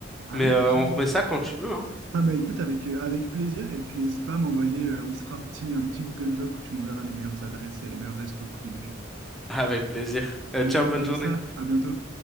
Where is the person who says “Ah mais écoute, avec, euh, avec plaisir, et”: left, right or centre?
Right